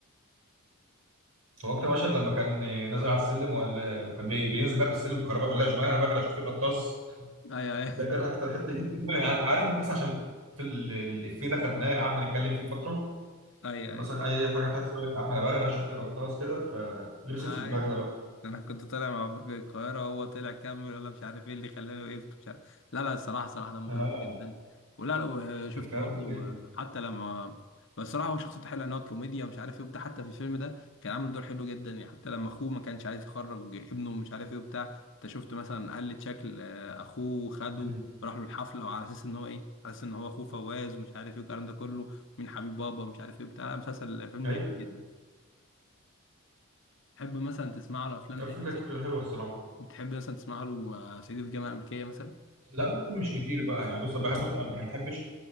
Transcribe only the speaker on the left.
ايوه ايوه
<laughs>
ايوه
ايوه
انا كنت طالع مع برج القاهره هو طلع كمل ولا مش عارف ايه اللي خلاني وقفت مش عارف لا لا الصراحه صراحه دمه
خفيف جدا ولا لو شفت
برضو
آه، حتى لما بس الصراحه هو شخصيته حلوه ان هو كوميديا ومش عارف ايه وبتاع حتى في الفيلم ده كان عامل دور حلو جدا يعني حتى لما اخوه ما كانش عايز يخرج ابنه مش عارف ايه وبتاع انت شفت مثلا قلد شكل آه، اخوه خده
راح له الحفله وعلى اساس ان هو ايه على اساس ان هو اخوه فواز ومش عارف ايه والكلام ده كله مين حبيب بابا ومش عارف ايه بتاع لا مسلسل فيلم
جميل جدا تحب مثلا تسمع له افلام
تانية
بتحب مثلا تسمع له آه، صعيدي في الجامعه الامريكيه مثلا